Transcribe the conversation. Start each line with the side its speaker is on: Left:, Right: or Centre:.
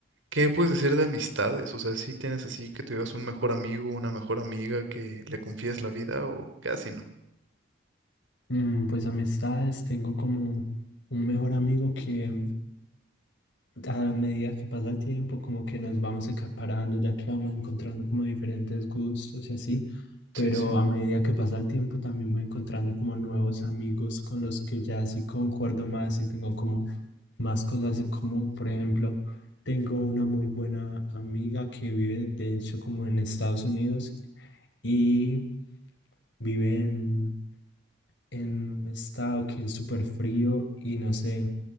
Right: ¿qué me puedes decir de amistades? O sea, si tienes así que tuvieras un mejor amigo, una mejor amiga que le confíes la vida o casi no?
Left: mm, pues amistades, tengo como un mejor amigo que, a medida que pasa el tiempo, como que nos vamos acaparando, ya que vamos encontrando como diferentes gustos y así, pero
Right: Sí, sí.
Left: a medida que pasa el tiempo también voy encontrando como nuevos amigos con los que ya sí concuerdo más y tengo como más cosas en común. Por ejemplo, tengo una muy buena amiga que vive de hecho como en Estados Unidos y vive en, en un estado que es súper frío y no sé